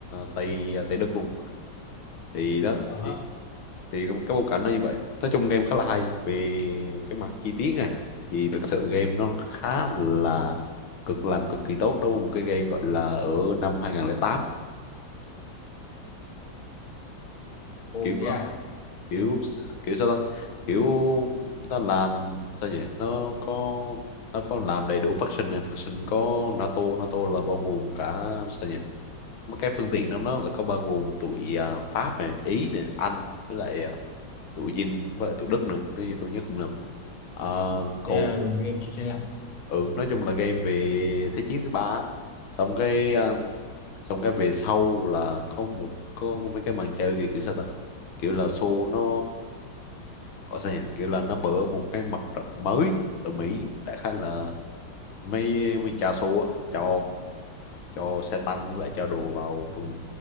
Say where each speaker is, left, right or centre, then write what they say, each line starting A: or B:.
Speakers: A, on the left; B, on the left.
A: Tây ờ, Tây Đức luôn thì đó
B: Ờ
A: thì
B: hớ.
A: thì cái cái bối cảnh nó như vậy nói chung game khá là hay về cái mặt chi tiết này thì thực sự game nó khá là cực làm cực kỳ tốt đối với một cái game gọi là ở năm hai không không tám
B: ồ
A: kiểu
B: thế
A: ờ,
B: à.
A: kiểu
B: Thế,
A: kiểu sao ta kiểu nó làm sao nhỉ nó có nó có làm đầy đủ faction này faction có NATO NATO là bao gồm cả sao nhỉ mấy cái phương tiện trong đó là có bao gồm tụi à, Pháp này Ý này Anh với lại à, tụi Dinh với lại tụi Đức nữa nếu như tôi nhớ không lầm Ờ, còn
B: thế là game chỉ trên lạnh.
A: ừ nói chung là game về thế chiến thứ ba á. xong cái um, xong cái về sau là có một có, có mấy cái màn chơi kiểu, kiểu sao ta kiểu là show nó ở sao nhỉ kiểu là nó mở một cái mặt trận mới ở Mỹ đại khái là mấy mình cha show á cho cho xe tăng với lại cho đồ vào thùng